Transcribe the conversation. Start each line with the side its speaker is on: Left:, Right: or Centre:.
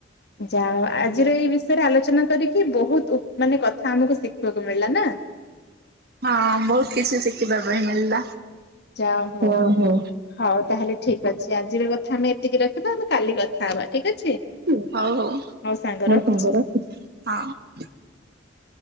Left: ଯା
Right: ହଁ
Left: ଆଜିର ଏଇ ବିଷୟରେ ଆଲୋଚନା କରିକି ବହୁତ ମାନେ କଥା ଆମକୁ ଶିଖିବାକୁ ମିଳିଲା ନା।
Right: ହଁ ବହୁତ କିଛି ଶିଖିବା ପାଇଁ ମିଳିଲା।
Left: ଯା ହଉ,
Right: ଓହୋ
Left: ହଉ ତାହେଲେ ଠିକ ଅଛି ଆଜିର। ଆମେ ଏତିକି ରଖିବା ଆମେ କାଲି କଥା ହେବା ଠିକ୍ ଅଛି
Right: ହଉ ହଉ
Left: ସାଙ୍ଗ
Right: ହଉ
Left: ରଖୁଚି।
Right: ସାଙ୍ଗ ରଖୁଚି